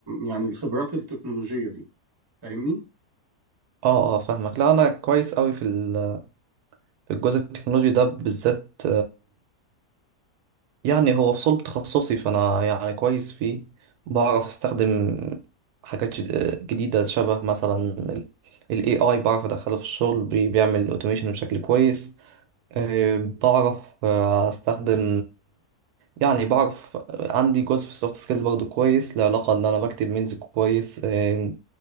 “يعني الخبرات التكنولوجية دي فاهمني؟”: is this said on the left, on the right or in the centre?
Right